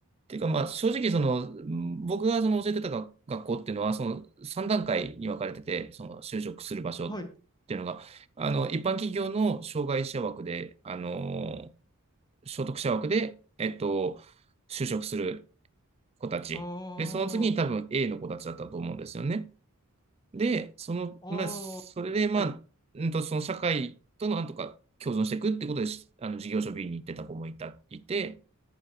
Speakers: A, on the right; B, on the left.
A: ていうか、まあ、正直、その、うん僕がその教えてたが学校っていうのは、その3段階に分かれてて、その就職する場所っていうのが、
B: はい。
A: あの、一般企業の障害者枠で、あの、所得者枠で、えっと、就職する子たち。
B: あ
A: で、その次に多分 A の子たちだったと思うんですよね。で、その、
B: あ、
A: まあ、それで、
B: ああ、
A: まあ、
B: はい、
A: うんと、その社会となんとか共存していくってことで、しあの、事業所 B に行ってた子もいた、いて、っ